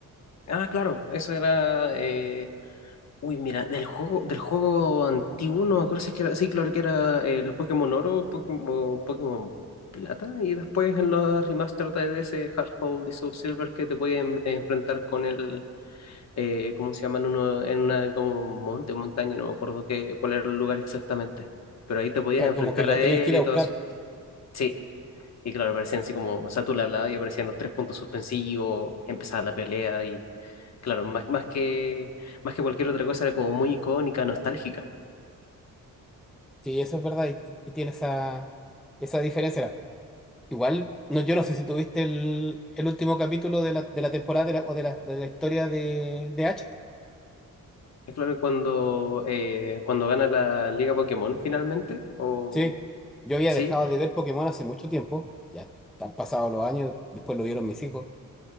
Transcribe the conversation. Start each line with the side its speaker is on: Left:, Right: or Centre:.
Left: Ah, claro, eso era eh, Uy, mira, del juego, del juego antiguo, no me acuerdo si es que era, sí, claro que era el Pokémon Oro, Pokémon, Pokémon Plata, y después en los remaster de ese Hard Gold y Soul Silver que te pueden enfrentar con el, eh, ¿cómo se llaman? Uno, en una como monte, montaña, no me acuerdo qué, cuál era el lugar exactamente, pero ahí te podías
Centre: Claro,
Left: enfrentar
Centre: Como que lo
Left: a
Centre: tenías
Left: él
Centre: que ir
Left: y
Centre: a buscar.
Left: todo eso. Sí, y claro, aparecían así como, o sea, tú le hablabas y aparecían los tres puntos suspensivos, empezaba la pelea y, claro, más, más que, más que cualquier otra cosa era como muy icónica, nostálgica.
Centre: Sí, eso es verdad y, y tiene esa, esa diferencia. Igual, no, yo no sé si tuviste el, el último capítulo de la, de la temporada de la- o de la, de la historia de, de Ash.
Left: Es claro cuando, eh, cuando gana la Liga Pokémon finalmente, o...
Centre: Sí, yo había
Left: Sí,
Centre: dejado de ver Pokémon hace mucho tiempo, ya han pasado los años, después lo vieron mis hijos.